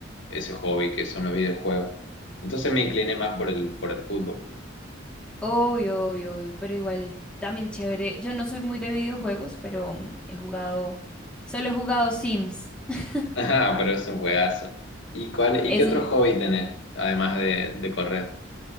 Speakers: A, on the left (about 65°); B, in the centre.
A: ese hobby que son los videojuegos. Entonces me incliné más por el, por el fútbol.
B: Obvio, obvio, obvio, pero igual también chévere. Yo no soy muy de videojuegos, pero mm, he jugado, solo he jugado Sims. <laughs>
A: <laughs> Ajá, pero es un juegazo. ¿Y cuál, y
B: Es
A: qué otro
B: un
A: hobby tenés, además de, de correr?